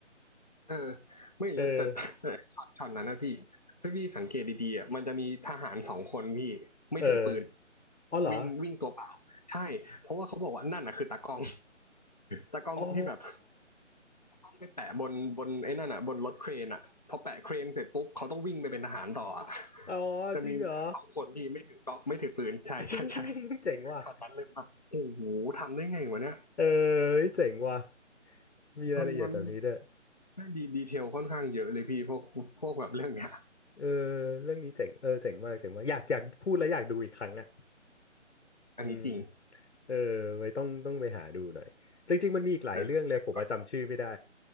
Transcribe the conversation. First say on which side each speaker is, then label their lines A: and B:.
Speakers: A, on the left; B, on the left.
A: ๆเออไม่แล้วแต่แต่แต่ช็อตช็อตนั้นนะพี่ถ้าพี่สังเกตดีๆอ่ะมันจะมีทหารสองคนพี่ไม่ถือปืน
B: เออเอออ๋อเหรอ
A: วิ่งวิ่งตัวเปล่าใช่เพราะว่าเขาบอกว่านั่นน่ะคือตากล้องตากล้องที่แบบ
B: อ๋อ
A: ต้องไปแปะบนบนไอ้นั่นอ่ะบนรถเครนอ่ะพอแปะเครนเสร็จปุ๊บเขาต้องวิ่งไปเป็นทหารต่ออ่ะ <laughs>
B: อ๋อจริงเหรอ
A: จะมีสองคนที่ไม่ถือก็ไม่ถือปืนใช่ใช่ใช่
B: <laughs> เจ๋งว่ะ
A: ช็อตนั้นเลยแบบโอ้โหทำได้ไงวะเนี่ย
B: เออเจ๋งว่ะมีรายละเอียดแบบนี้ด้วย
A: มันมันใช่ดีดีเทลค่อนข้างเยอะเลยพี่พวกพวกแบบเรื่องเนี้ย
B: เออเรื่องนี้เจ๋งเออเจ๋งมากเจ๋งมากอยากอยากพูดแล้วอยากดูอีกครั้งอ่ะ
A: อันนี้จริง
B: อืมเออไว้ต้องต้องไปหาดูหน่อยจริงๆมันมีอีกหลายเรื่องเลยผมมาจำชื่อไม่ได้
A: เดี๋ยวเช็คก่อน